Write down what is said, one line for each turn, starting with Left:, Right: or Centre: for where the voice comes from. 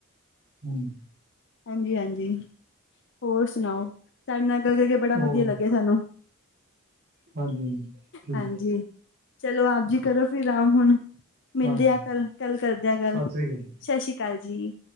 Right: ਹੰਜੀ।
Left: ਹਾਂਜੀ ਹਾਂਜੀ। ਹੋਰ ਸੁਨਾਓ ਤਾਡੇ ਨਾਲ ਕਰ ਕਰਕੇ ਬੜਾ ਵਧੀਆ
Right: ਹੋਰ
Left: ਲੱਗਿਆ ਸਾਨੂੰ।
Right: ਹਾਂਜੀ ਹਾਂਜੀ ਠੀਕ।
Left: ਹਾਂਜੀ ਚਲੋ ਆਪ ਜੀ ਕਰੋ ਫਿਰ ਆਰਾਮ ਹੁਣ। ਮਿਲਦੇ
Right: ਹਾਂਜੀ
Left: ਆ ਕੱਲ ਕੱਲ ਕਰਦੇ ਆ ਗੱਲ
Right: ਸਤਿ ਸ੍ਰੀ ਅਕਾਲ
Left: ਸਸ਼ੀ ਅਕਾਲ ਜੀ।